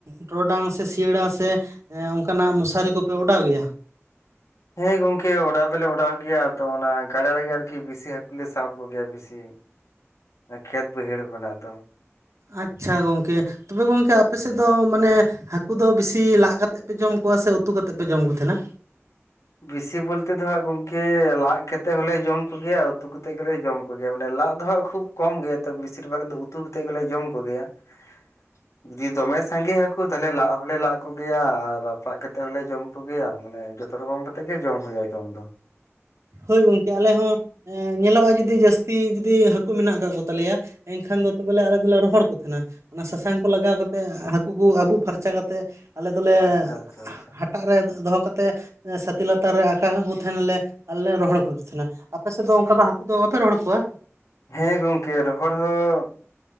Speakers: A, on the right (about 75°); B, on the left (about 90°).
A: ᱴᱚᱨᱚᱰᱟᱝ ᱥᱮ ᱥᱤᱭᱟᱹᱲᱟ ᱥᱮ ᱚᱱᱠᱟᱱᱟᱜ ᱢᱚᱥᱟᱨᱤ ᱠᱚᱯᱮ ᱚᱰᱟᱣ ᱜᱮᱭᱟ,?
B: ᱦᱮᱸ ᱜᱚᱝᱠᱮ ᱚᱲᱟᱜ ᱫᱚᱞᱮ ᱚᱰᱟᱜ ᱜᱮᱭᱟ, ᱛᱚ ᱚᱱᱟ ᱜᱟᱰᱟ ᱨᱮᱜᱮ ᱟᱨᱠᱤ ᱵᱮᱥᱤ ᱦᱟᱹᱠᱩ ᱞᱮ ᱥᱟᱵ ᱠᱚᱜᱮᱭᱟ ᱵᱤᱥᱤ, ᱠᱷᱮᱛ ᱵᱚᱭ ᱦᱟᱹᱲ ᱠᱟᱱᱟᱫᱚ,
A: ᱟᱪᱪᱴᱷᱟ ᱜᱚᱝᱠᱮ ᱛᱚᱵᱮ ᱜᱚᱝᱠᱮ ᱟᱯᱮ ᱥᱮᱫ ᱫᱚ ᱢᱟᱱᱮ ᱦᱟᱹᱠᱩ ᱫᱚ ᱵᱤᱥᱤ ᱞᱟᱜ ᱠᱟᱛᱮᱫ ᱯᱮ ᱡᱚᱢ ᱠᱚᱣᱟ ᱥᱮ ᱩᱛᱩ ᱠᱟᱛᱮᱫ ᱯᱮ ᱡᱚᱢ ᱠᱚ ᱛᱟᱦᱮᱸᱱᱟ?
B: ᱵᱮᱥᱤ ᱵᱚᱞᱛᱮ ᱫᱚᱦᱟᱸᱜ ᱜᱚᱝᱠᱮ ᱞᱟᱟᱜ ᱠᱟᱛᱮᱫ ᱦᱚᱞᱮ ᱡᱚᱢ ᱠᱚᱜᱮᱭᱟ ᱩᱛᱩ ᱠᱟᱛᱮᱫ ᱜᱮᱞᱮ ᱡᱚᱢ ᱠᱚᱭᱟ, ᱠᱚᱜᱮᱭᱟ ᱢᱟᱱᱮ ᱞᱟᱟᱜ ᱫᱚ ᱦᱟᱸᱜ ᱠᱷᱩᱵ ᱠᱚᱢ ᱜᱮᱭᱟ ᱛᱚ ᱵᱮᱥᱤ ᱵᱷᱟᱜᱽ ᱫᱚ ᱩᱛᱩ ᱠᱟᱛᱮᱫ ᱜᱮᱞᱮ ᱡᱚᱢ ᱠᱚᱜᱮᱭᱟ ᱾ ᱦᱩᱸ <inaudible> ᱡᱩᱫᱤ ᱫᱚᱢᱮ ᱥᱟᱸᱜᱮ ᱦᱟᱹᱠᱩ ᱛᱟᱦᱚᱞᱮ ᱞᱟᱜ ᱦᱚᱸ ᱦᱚᱞᱮ ᱞᱟᱜ ᱠᱚᱜᱮᱭᱟ ᱟᱨ ᱨᱟᱯᱟᱜ ᱠᱟᱛᱮ ᱦᱚᱞᱮ ᱡᱚᱢ ᱠᱚᱜᱮᱭᱟ ᱢᱟᱱᱮ ᱡᱚᱛ ᱛᱚᱛ <unintelligible> ᱨᱚᱠᱚᱢ ᱠᱟᱛᱮ ᱜᱮ ᱡᱚᱢᱼᱟ ᱡᱚᱢ ᱫᱚ <unintelligible>
A: ᱦᱳᱭ ᱜᱚᱝᱠᱮ ᱟᱞᱮ ᱦᱚᱸ ᱮ ᱧᱮᱞᱚᱜᱼᱟ ᱡᱩᱫᱤ ᱡᱟᱹᱥᱛᱤ ᱡᱩᱫᱤ ᱦᱟᱹᱠᱩ ᱢᱮᱱᱟᱜ ᱠᱫ ᱠᱚᱛᱟᱞᱮᱭᱟ ᱮᱱᱠᱷᱟᱱ ᱫᱚᱵᱚᱞᱮ ᱟᱞᱮ ᱫᱚᱞᱮ ᱨᱚᱦᱚᱲ, ᱛᱟᱦᱮᱱᱟ ᱚᱱᱟ ᱥᱟᱥᱟᱝ ᱠᱚ ᱞᱟᱜᱟᱣ ᱠᱟᱛᱮᱫ ᱦᱟᱹᱠᱩ ᱠᱚ ᱟᱹᱵᱩᱜ ᱯᱷᱟᱨᱪᱟ ᱠᱟᱛᱮᱫ ᱟᱞᱮ ᱫᱚᱞᱮ
B: ᱟᱪᱪᱷᱟ ᱟᱪᱪᱷᱟ ᱟᱪᱪᱷᱟ
A: ᱦᱟᱴᱟᱜ ᱨᱮ ᱫᱚᱦᱚ ᱠᱟᱛᱮᱫ ᱥᱟᱛᱤ ᱞᱟᱛᱟᱨ ᱨᱮ ᱟᱠᱟ ᱠᱚ ᱛᱟᱦᱮᱱᱟᱞᱮ, ᱟᱨ ᱞᱮ ᱨᱚᱦᱚᱲ ᱠᱚ ᱛᱟᱦᱮᱱᱟ ᱟᱯᱮ ᱥᱮᱫ ᱫᱚ ᱚᱱᱠᱟ ᱫᱚ ᱦᱟᱹᱠᱩ ᱫᱚ ᱵᱟᱯᱮ ᱨᱚᱦᱚᱲ ᱠᱚᱣᱟ
B: ᱦᱮᱸ ᱜᱚᱝᱠᱮ ᱨᱚᱦᱚᱲ ᱦᱚᱸ,